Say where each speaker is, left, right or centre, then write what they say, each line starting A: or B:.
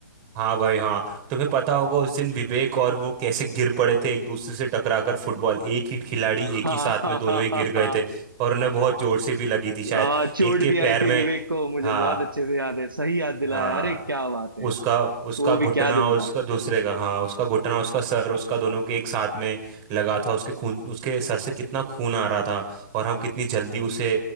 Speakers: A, on the right (about 25°); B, on the right (about 85°).
A: हाँ भाई हाँ तुम्हें पता होगा उस दिन विवेक और वो कैसे गिर पड़े थे एक दूसरे से टकराकर फुटबॉल एक ही खिलाड़ी
B: हाँ
A: एक ही साथ में दोनों ही गिर गए थे
B: <laughs>
A: और उन्हें बहुत जोर से भी लगी थी शायद
B: आ, चोट
A: एक के
B: भी आई
A: पैर
B: थी
A: में
B: विवेक को मुझे
A: हाँ
B: बहुत अच्छे से याद है सही याद दिलाया
A: हाँ
B: अरे क्या बात है
A: उसका
B: यार
A: उसका
B: वो
A: घुटना
B: भी क्या दिन
A: और
B: था
A: उसका दूसरे का हाँ उसका घुटना उसका सर उसका दोनों के एक साथ में लगा था उसके खून उसके सर से कितना खून आ रहा था और हम कितनी जल्दी उसे